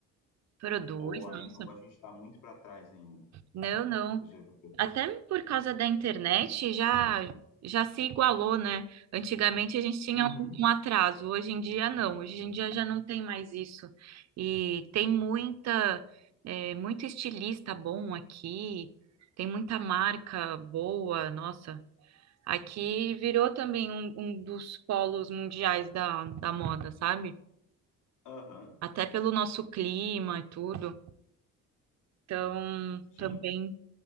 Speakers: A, on the right; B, on the left.
A: Produz,
B: Ou a,
A: nossa.
B: ou a gente está muito para trás ainda
A: Não, não.
B: dos europeus?
A: Até por causa da internet já já se igualou, né? Antigamente a gente tinha
B: Uhum.
A: um, um atraso, hoje em dia não, hoje em dia já não tem mais isso. E tem muita é, muito estilista bom aqui, tem muita marca boa, nossa. Aqui virou também um, um dos polos mundiais da, da moda, sabe?
B: Aham.
A: Até pelo nosso clima e tudo. Então,
B: Sim.
A: também